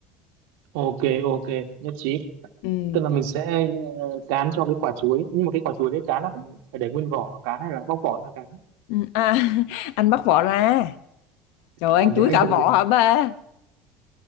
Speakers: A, on the right; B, on the left.
A: ok ok nhất trí
B: ừ.
A: tức là mình sẽ ờ, cán cho cái quả chuối nhưng mà cái quả chuối đấy cán là phải để nguyên vỏ cán hay là bóc vỏ ra cán
B: Ừ. À, <laughs> anh bắt vỏ ra trời ơi,
A: à
B: anh
A: đấy
B: chuối
A: anh
B: cả
A: tưởng
B: vỏ
A: biết
B: hả ba